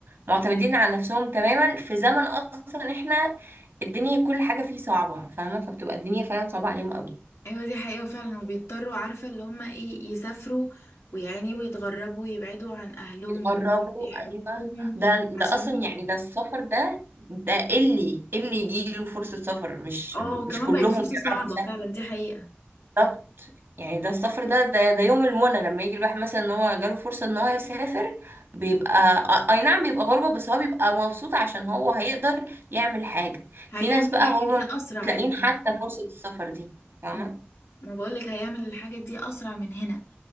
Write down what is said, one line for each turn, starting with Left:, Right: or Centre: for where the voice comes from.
Right: معتمدين على نفسهم تماما في زمن اصلا احنا الدنيا كل حاجه فيه صعبه فاهمه فبتبقى الدنيا فعلا صعبه عليهم قوي
Left: ايوه دي حقيقة فعلا وبيضطروا عارفة اللي هما ايه يسافروا ويعني ويتغربوا ويبعدوا عن اهلهم
Right: بتقربه
Left: يحبوهم
Right: ايوه ده ده
Left: عشان
Right: اصلا
Left: ي-
Right: يعني ده السفر ده ده اللي اللي يجيله فرصة سفر مش
Left: اه
Right: مش
Left: وكمان
Right: كلهم
Left: بقت فرصة
Right: بيعرفوا
Left: صعبة
Right: يسافروا
Left: فعلا دي حقيقة
Right: طب يعني ده السفر ده ده, ده يوم المنى لما يجي الواحد مثلا ان هو جاله فرصة ان هو يسافر بيبقى أ- اي نعم بيبقى غربة بس هو بيبقى مبسوط عشان هو هيقدر يعمل حاجة
Left: هيعمل
Right: في ناس بقى
Left: الحاجة
Right: هم
Left: دي اسرع
Right: مش لاقيين
Left: من
Right: حتى
Left: هنا
Right: فرصة السفر دي فاهمة
Left: مم. ما بقولك هيعمل الحاجة دي اسرع من هنا